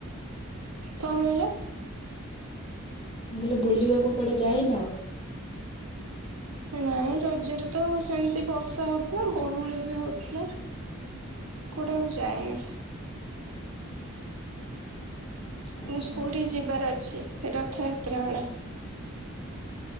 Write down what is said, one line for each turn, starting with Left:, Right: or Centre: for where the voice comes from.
Right: କଣ କହିଲ?
Left: ମୁଁ କହିଲି ବୁଲିବାକୁ କୁଆଡ଼େ ଯାଇନ?
Right: ନା। ନାଇଁ ରଜରେ ତ ସେମ୍ତି ବର୍ଷା ହଉଥିଲା ଗୁଳୁଗୁଳି ବି ହଉଥିଲା। କୁଆଡେ ଆଉ ଯାଇନି।
Left: ଆଚ୍ଛା
Right: ମୁଁ ପୁରୀ ଯିବାର ଅଛି ରଥଯାତ୍ରା ବେଳେ।